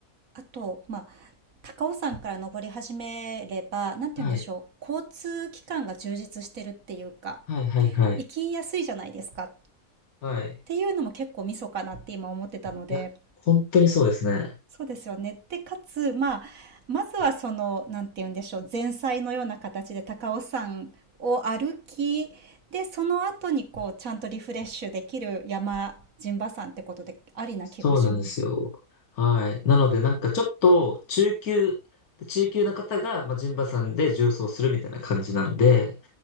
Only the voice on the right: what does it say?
あと、まあ、高尾山から登り始めれば、なんて言うんでしょう、
交通機関が充実してるっていうか、
行きやすいじゃないですか。っ
ていうのも結構ミソかなって今思ってたので、
そうですよね。で、かつ、まあ、まずはその、なんて言うんでしょう、前菜のような形で高尾山を歩き、で、その後にこう、ちゃんとリフレッシュできる山、陣馬山ってことでありな気がします。